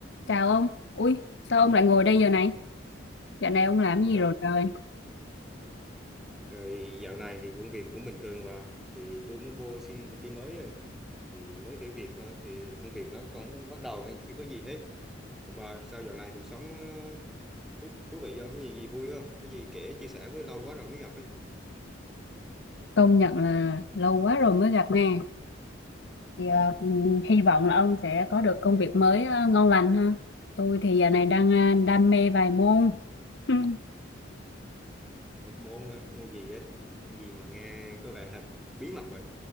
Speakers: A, on the left; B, in the centre.
A: Chào ông. Ui, sao ông lại ngồi đây giờ này? Dạo này ông làm gì
B: Rồi,
A: rồi trời?
B: rồi dạo này thì công việc cũng bình thường và thì tôi mới vô xin công ty mới rồi thì mới thử việc thôi thì công việc nó cũng bắt đầu nên chưa có gì hết còn bà sao dạo này cuộc sống ờ, thú, thú vị không có gì gì vui không có gì kể chia sẻ với lâu quá rồi mới gặp ấy
A: Công nhận là lâu quá rồi mới gặp nè. Thì ờ, hy vọng là ông sẽ có được công việc mới ờ, ngon lành ha. Tôi thì giờ này đang ờ, đam mê vài môn. <laughs>
B: Ủa, môn hả? môn gì ấy môn gì mà nghe có vẻ thật bí mật vậy